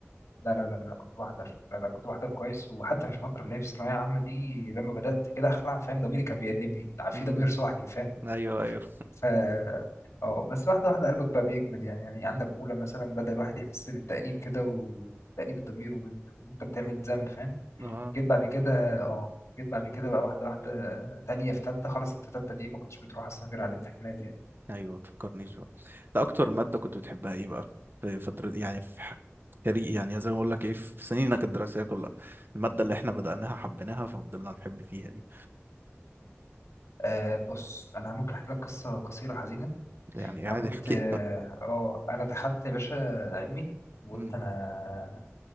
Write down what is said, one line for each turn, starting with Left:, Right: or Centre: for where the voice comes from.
Left: لا لا لا لا كنت بحضر لا لا كنت بحضر كويس وحتى في الفترة اللي هي في الثانوية العامة دي لما بدأت كده أخلع فاهم ضميري كان بيأنبني في
Right: امم
Left: ضمير صاحي فاهم
Right: ايوه ايوه
Left: ف اه بس واحدة واحدة قلبك بقى بيجمد يعني يعني عندك أولى مثلا بدأ الواحد يحس بالتأنيب كده وتأنيب الضمير وال- وأنت بتعمل ذنب فاهم
Right: اه
Left: جيت بعد كده اه جيت بعد كده بقى واحدة واحدة تانية في تالتة خلاص أنت تالتة دي ما كنتش بتروح أصلا غير على الامتحانات يعني.
Right: ايوه تفكرنيش بقى ده اكتر ماده كنت بتحبها ايه بقى في فتره يعني في ح- كاري يعني زي ما اقول لك ايه في سنينك الدراسيه كلها الماده اللي احنا بدأناها حبيناها ففضلنا نحب فيها دي
Left: آه بص انا ممكن احكي لك قصه قصيره حزينه
Right: ده يعني قاعد
Left: انا كنت
Right: احكي
Left: اه آه، انا دخلت يا باشا علمي وقلت
Right: <laughs> امم
Left: انا